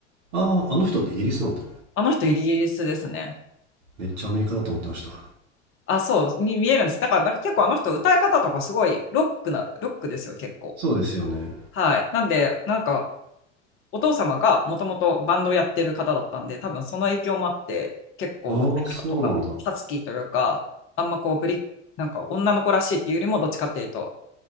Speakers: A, on the right (about 65°); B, on the left (about 35°).
A: あーあの人ってイギリスなんだ
B: あの人イギリスですね。
A: めっちゃアメリカだと思ってました
B: あ、そう、に見えるんです。だからなんか結構あの人歌い方とかすごいロックな、ロックですよ、結構。
A: そうですよね
B: はい。なんで、なんかお父様がもともとバンドをやってる方だったんで、多分その影響もあって、結構歌い方とか、
A: ああーそうなんだ
B: ハスキーというか、あんまこうブリ、なんか女の子らしいっていうよりも、どっちかっていうと、